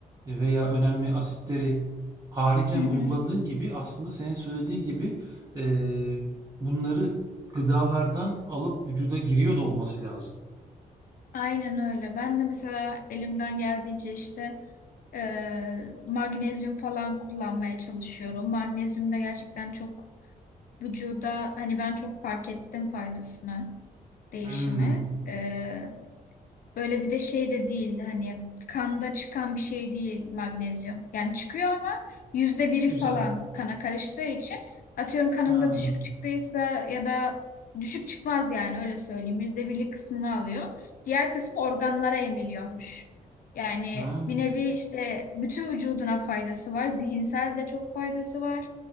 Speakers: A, on the right (about 25°); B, on the left (about 65°).
A: veya önemli asitleri haricen
B: hı hı.
A: uyguladığın gibi aslında senin söylediğin gibi e, bunları gıdalardan alıp vücuda giriyor da olması lazım.
B: Aynen öyle. Ben de mesela elimden geldiğince işte e, magnezyum falan kullanmaya çalışıyorum. Magnezyum da gerçekten çok vücuda hani ben çok fark ettim faydasını, değişimi.
A: Hmm.
B: E, Böyle bir de şey de değil hani kanda çıkan bir şey değil magnezyum. Yani çıkıyor ama yüzde biri
A: Güzel.
B: falan kana karıştığı için atıyorum kanında
A: Ha.
B: düşük çıktıysa ya da düşük çıkmaz yani öyle söyleyeyim. Yüzde birlik kısmını alıyor. Diğer kısmı organlara emiliyormuş. Yani
A: Ha.
B: bir nevi işte bütün vücuduna faydası var. Zihinsel de çok faydası var.